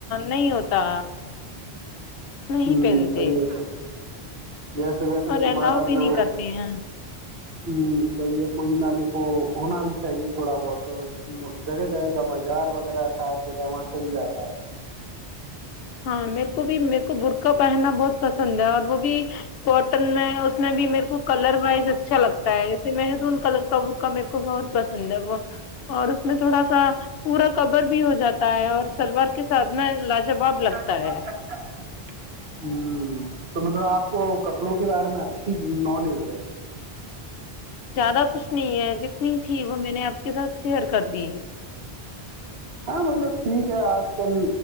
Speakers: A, on the left; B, on the right.
A: نہیں ہوتا نہیں
B: ہوں
A: پہنتے
B: صحیح ہے صحیح ہے ویسے ویسے
A: اور
B: تمہارا
A: الاؤ بھی
B: جو
A: نہیں کرتے ہیں
B: ہوں صحیح ہے کوئی نہ دیکھو ہونا بھی چاہیے تھوڑا بہت جگہ جگہ کا بازار وغیرہ رہتا ہے پتا وہاں چل جاتا ہے
A: ہاں میرے کو بھی میرے کو برقا پہننا بہت پسند ہے اور وہ بھی کاٹن میں اس میں بھی میرے کو کلر وائز اچھا لگتا ہے ایے مہرون کلر کا بکا میرے کو بہت پسند ہے وہ اور اس میں تھوڑا سا پورا کور بھی ہو جاتا اور سلوار کے ساتھ میں لاجواب
B: توپ
A: لگتا ہے
B: لگتا ہے ہمم تو مطلب آپ کو کپڑوں کے بارے میں اچھی نالج ہے
A: زیادہ کچھ نہیں ہے جتنی تھی وہ میں نے آپ کے ساتھ شیئر کر دی
B: ہاں مطلب ٹھیک ہے آج کل